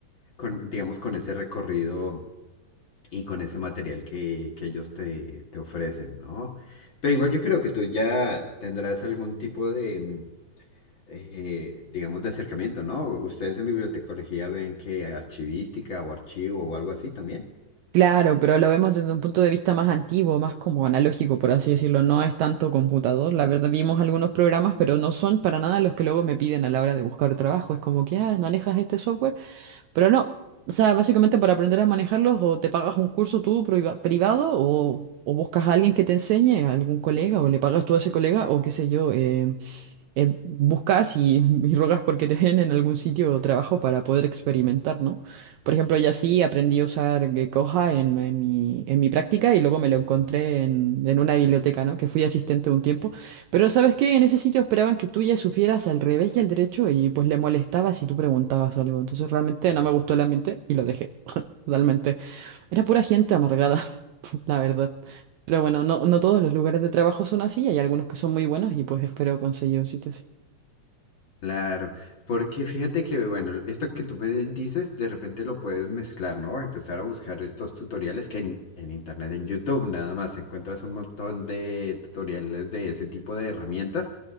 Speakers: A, on the left; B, on the right.
A: con, digamos, con ese recorrido y con ese material que, que ellos te, te ofrecen, ¿no? Pero igual yo creo que tú ya tendrás algún tipo de, eh, digamos, de acercamiento, ¿no? Ustedes en bibliotecología ven que archivística o archivo o algo así también.
B: Claro, pero lo vemos desde un punto de vista más antiguo, más como analógico, por así decirlo. No es tanto computador. La verdad, vimos algunos programas, pero no son para nada los que luego me piden a la hora de buscar trabajo. Es como que, ah, manejas este software, pero no. O sea, básicamente para aprender a manejarlos, o te pagas un curso tú priva- privado, o, o buscas a alguien que te enseñe, a algún colega, o le pagas tú a ese colega, o qué sé yo. eh, eh, buscas y, <laughs> y rogas porque te den en algún sitio de trabajo para poder experimentar, ¿no? Por ejemplo, yo así aprendí a usar eh, Coja en, en mi, en mi práctica y luego me lo encontré en, en una biblioteca, ¿no? Que fui asistente un tiempo. Pero ¿sabes qué? En ese sitio esperaban que tú ya supieras al revés y al derecho y pues le molestaba si tú preguntabas algo. Entonces realmente no me gustó el ambiente y lo dejé. <laughs> Totalmente. Era pura gente amargada, <laughs> la verdad. Pero bueno, no, no todos los lugares de trabajo son así, hay algunos que son muy buenos y pues espero conseguir un sitio así.
A: Claro, porque fíjate que, bueno, esto que tú me dices, de repente lo puedes mezclar, ¿no? Empezar a buscar estos tutoriales que en, en internet, en YouTube, nada más encuentras un montón de tutoriales de ese tipo de herramientas